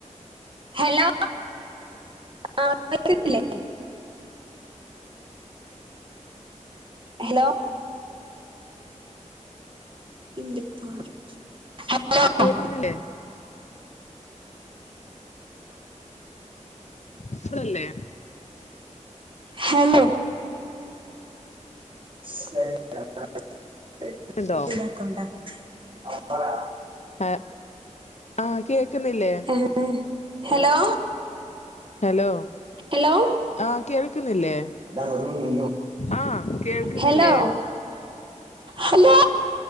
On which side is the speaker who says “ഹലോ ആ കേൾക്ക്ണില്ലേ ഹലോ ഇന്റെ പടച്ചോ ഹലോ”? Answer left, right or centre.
Right